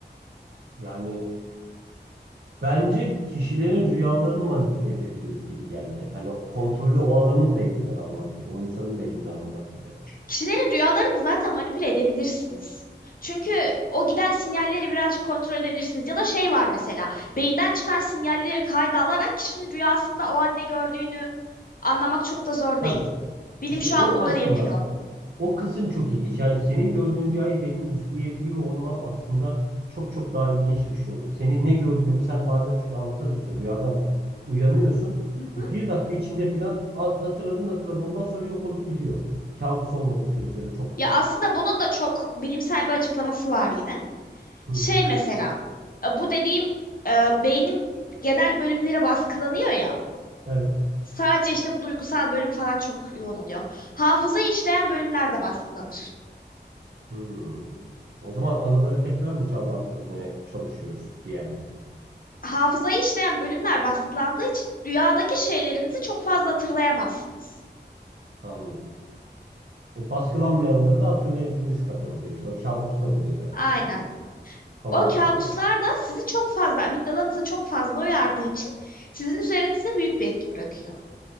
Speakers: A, on the right; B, on the left.
A: Yani Bence kişilerin rüyalarını manipüle edebiliriz gibi geldi. Hani o kontrolü o adamın da elinden almak gibi, o insanın da elinden almak gibi.
B: Kişilerin rüyalarını zaten manipüle edebilirsiniz. Çünkü o giden sinyalleri birazcık kontrol edebilirsiniz. Ya da şey var mesela, beyinden çıkan sinyalleri kayda alarak kişinin rüyasında o an ne gördüğünü anlamak çok da zor
A: Ha,
B: değil. Bilim
A: işte
B: şu
A: o
B: an bunları
A: aslında
B: yapıyor.
A: o kısım çok ilginç. Yani senin gördüğün rüyayı benim izleyebiliyor olmam aslında çok çok daha ilginç bir şey olur. Senin ne gördüğünü sen bazen çünkü anlatamıyorsun. Rüyadan uyanıyorsun.
B: Hı hı.
A: Bir dakika içinde filan at- hatırladın hatırladın ondan sonra yok olup gidiyor. Kabus olmadığı sürece ya da çok...
B: Ya aslında bunun da çok bilimsel bir açıklaması var yine.
A: Hı
B: Şey
A: hı.
B: mesela, e, bu dediğim e, beynin genel bölümleri baskılanıyor ya.
A: Evet.
B: Sadece işte bu duygusal bölüm falan çok yoğun oluyor. Hafızayı işleyen bölümler de baskılanır.
A: Hmm. O zaman anıları tekrar mı canlandırmaya çalışıyoruz bir yerde?
B: hafızayı işleyen bölümler baskılandığı için rüyadaki şeylerinizi çok fazla hatırlayamazsınız.
A: Anladım. E, baskılanmayanları da hatırlayabildiğimiz kadar oluyor. İşte o kabuslar oluyor belki
B: Aynen.
A: de onlar. Havada
B: O kabuslar
A: kalıyor.
B: da sizi çok fazla, amigdalanızı çok fazla uyardığı için sizin üzerinizde büyük bir etki bırakıyor.